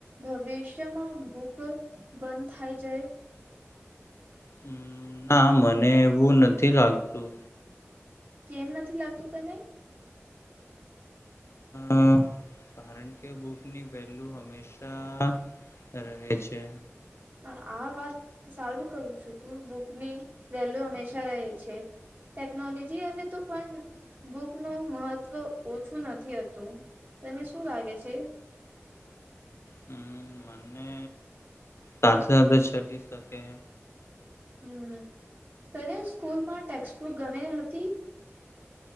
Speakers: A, on the right; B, on the left.
A: ભવિષ્યમાં બુક બંધ થઈ જાય
B: હ ના મને એવું નથી લાગતું.
A: કેમ નથી લાગતું તને.
B: અ કારણ કે બુક ની વેલ્યુ હંમેશા રહે છે.
A: હ આ વાત સારું કરું છું તું બુકની વેલ્યુ હંમેશા રહે છે ટેકનોલોજી હવે તો પણ બુકનું મહત્ત્વ ઓછું નથીથતું તને શું લાગે છે.
B: હમ મને સાથે સાથે ચલી શકે.
A: હમ તને સ્કૂલમાં ટેક્સ્ટબુક ગમે હતી.